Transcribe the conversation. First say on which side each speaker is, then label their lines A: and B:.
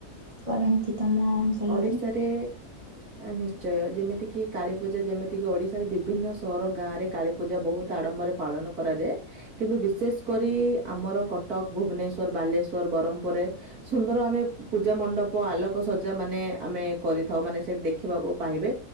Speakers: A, on the right (about 20°); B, on the right (about 70°).
A: କରନ୍ତି ତମ ଅଞ୍ଚଳରେ
B: ଓଡିଶାରେ ନିଶ୍ଚୟ ଯେମିତି କିି କାଳୀ ପୂଜା ଯେମିତି କିି ଓଡିଶାରେ ବିଭିନ୍ନ ସହର ଗାଁ ରେ କାଳୀ ପୂଜା ବହୁତ ଆଡମ୍ବରେ ପାଳନ କରାଯାଏ କିନ୍ତୁ ବିଶେଷ କରି ଆମର କଟକ, ଭୁବନେଶ୍ଵର, ବାଲେଶ୍ୱର, ବ୍ରହ୍ମପୁରରେ ସୁନ୍ଦର ଆମେ ପୂଜା ମଣ୍ଡପ ଆଲୋକସଜା ମାନେ ଆମେ କରିଥାଉ ମାନେ ସେଇଠି ଦେଖିବାକୁ ପାଇବେ।